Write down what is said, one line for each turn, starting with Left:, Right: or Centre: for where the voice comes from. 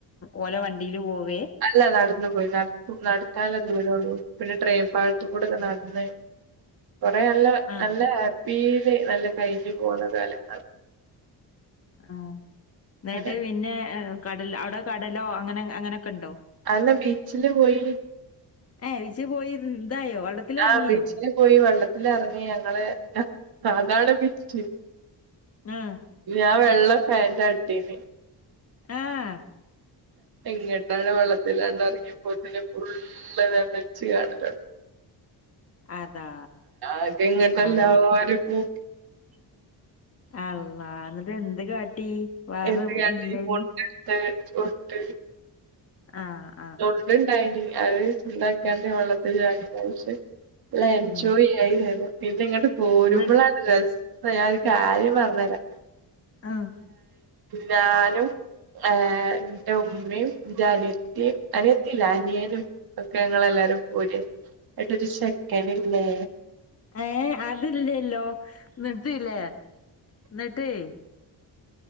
Left: ഓലെ വണ്ടീല് പോവേ
Right: അല്ലല്ല നടന്നു പോയി നട് നട്ക്കാനുള്ള ദൂരൊള്ളൂ പിന്നെ ട്രെയിൻ പാളത്തിക്കൂടൊക്കെ നട്ന്ന്- കൊറെ നല്ല
Left: ആ
Right: നല്ല ഹാപ്പീല് നല്ല കഴിഞ്ഞ് പോന്ന കാലം
Left: ആഹ് എന്നിട്ട്
Right: അങ്ങനെ
Left: പിന്നെ കടൽ അവിടെ കടലോ അങ്ങനെ അങ്ങനൊക്കെണ്ടോ
Right: അന്ന് ബീച്ചില് പോയി
Left: ഏഹ് വീച്ച് പോയി ഇതായോ വള്ളത്തിലെറങ്ങിയോ
Right: ആഹ് ബീച്ചില് പോയി വെള്ളത്തിലെറങ്ങി ഞങ്ങള് അതാണ് വിറ്റ്
Left: ആഹ്
Right: ഞാൻ വെള്ള പാന്റ് ആ ഇട്ടേനി
Left: ആഹ്
Right: ഇങ്ങട്ടാടെ വെള്ളത്തിലാണ്ട് എറങ്ങിയപ്പോത്തിനും ഫുള്ള് എല്ലാം നനച്ചു കാണും
Left: അതാ
Right: ആകെ ഇങ്ങട്ടെല്ലാരും
Left: ആ
Right: കൂ
Left: അള്ളാ എന്നിട്ട് എന്ത് കാട്ടീ വേറെ
Right: എന്ത് കാട്ടി
Left: ഇല്ലേനി
Right: <unintelligible>
Left: ആഹ്
Right: തൊണ്ട്ണ്ടായിനി ആവ് എന്താക്ക്‌യാണ്ട് വെള്ളത്തി ചാടി കളിച് നല്ല എൻജോയ്
Left: ഉം
Right: ജോയ് ചെയ്തു പിന്നെ ഇങ്ങട്ട് പോരുമ്പളാണ്
Left: എന്നിട്ട്
Right: രസം ഞാനൊരു കാര്യം പറഞ്ഞു തരാം
Left: ആഹ്
Right: ഞാനും ഏഹ് എന്റെ ഉമ്മേം എന്റെ അനിയത്തിം അനിയത്തില്ല അനിയനും ഒക്കെ ഞങ്ങളെല്ലാരും പോര് ഏന്നിട്ടൊരു ചെക്കനില്ലേ
Left: ഏഹ് അതില്ലല്ലോ എന്നിട്ട്ല്ലേ എന്നിട്ടേയ്